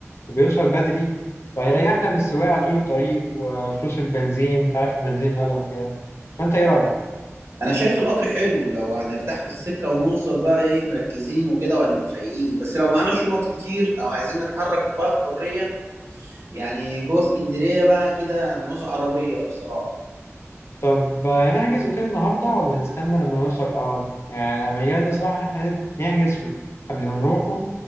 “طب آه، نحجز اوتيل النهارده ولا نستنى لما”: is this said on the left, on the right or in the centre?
Left